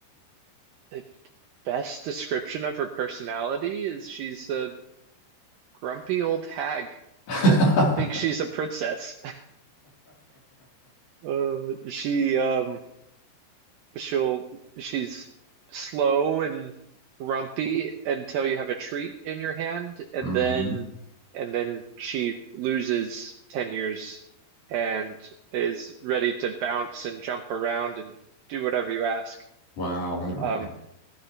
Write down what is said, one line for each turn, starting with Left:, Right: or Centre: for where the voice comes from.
Right: the best description of her personality is she's a grumpy old hag
Left: <laughs>
Right: that thinks she's a princess. <laughs> Uh, she um She'll she's slow and grumpy until you have a treat in your hand, and
Left: hmm
Right: then and then she loses 10 years and is ready to bounce and jump around and do whatever you ask.
Left: Wow. That,
Right: Um,